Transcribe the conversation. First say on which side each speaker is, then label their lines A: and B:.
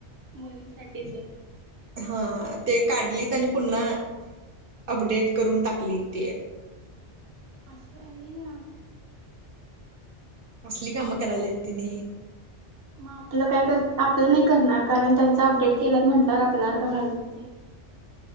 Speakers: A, on the right; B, on the right.
A: मुलींसाठीचं?
B: हां ते काढलीत आणि पुन्हा अपडेट करून टाकलीत ते.
A: असं हाय होय हे.
B: असली काम करायल्यात त्यांनी.
A: मग आपलं काय कर आपलं नाही करणार कारण त्यांचं अपडेट केल्यात म्हटल्यावर आपल्यावर का घालतील ते?